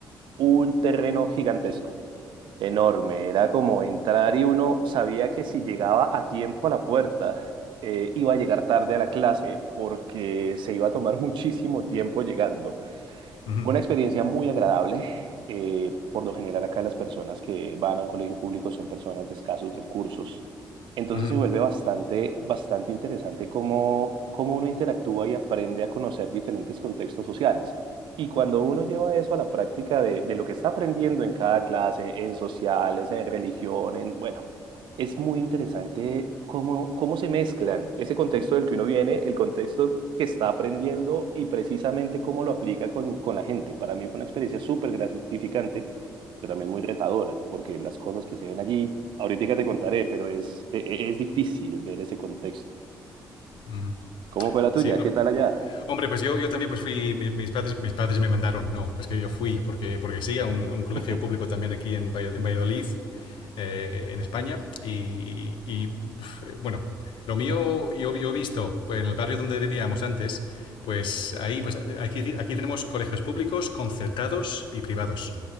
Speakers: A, on the right (about 70°); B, on the left (about 70°).
A: un terreno gigantesco, enorme. Era como entrar y uno sabía que si llegaba a tiempo a la puerta, eh, iba a llegar tarde a la clase porque se iba a tomar <laughs> muchísimo tiempo llegando.
B: Ujú,
A: Fue una experiencia muy agradable. Eh, por lo general acá las personas que van a un colegio público son personas de escasos recursos. Entonces
B: ujú.
A: se vuelve bastante, bastante interesante cómo, cómo uno interactúa y aprende a conocer diferentes contextos sociales. Y cuando uno lleva eso a la práctica de, de lo que está aprendiendo en cada clase, en sociales, en religión, en, bueno, es muy interesante cómo, cómo se mezclan ese contexto del que uno viene, el contexto que está aprendiendo y precisamente cómo lo aplica con, con la gente. Para mí fue una experiencia súper gratificante, pero también muy retadora, porque las cosas que se ven allí, ahorita te contaré, pero es, e- e- es difícil ver ese contexto.
B: Ujú.
A: ¿Cómo fue la tuya?
B: Sí, no.
A: ¿Qué tal allá?
B: Hombre, pues yo, yo también pues fui, mi- mis padres, mis padres me mandaron, no, es que yo fui porque, porque sí, a un, a un colegio
A: <laughs>
B: público también aquí en, Valla- en Valladolid, eh, en España, y, y, uf, eh, bueno, lo mío yo, yo he visto pues, en el barrio donde vivíamos antes, pues ahí, pues aquí, aquí tenemos colegios públicos, concertados y privados.